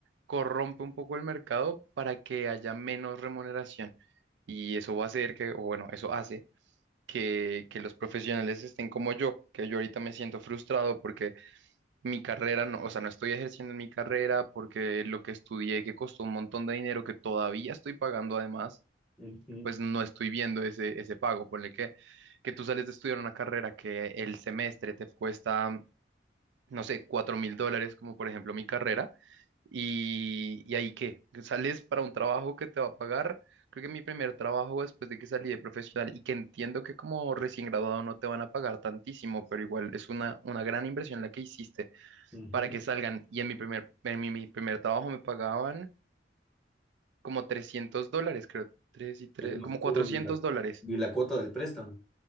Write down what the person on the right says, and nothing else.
corrompe un poco el mercado para que haya menos remuneración. Y eso va a hacer que, o bueno, eso hace que, que los profesionales estén como yo, que yo ahorita me siento frustrado porque mi carrera, no, o sea, no estoy ejerciendo en mi carrera porque lo que estudié que costó un montón de dinero que todavía estoy pagando además
pues no estoy viendo ese, ese pago. Ponle que, que tú sales de estudiar una carrera que el semestre te cuesta, no sé, cuatro mil dólares, como por ejemplo mi carrera, y, y ahí qué, que sales para un trabajo que te va a pagar. Creo que mi primer trabajo después de que salí de profesional y que entiendo que como recién graduado no te van a pagar tantísimo, pero igual es una, una gran inversión la que hiciste
para que salgan. Y en mi primer, en mi, mi primer trabajo me pagaban como 300 dólares, creo, tres y tres,
como
400
dólares.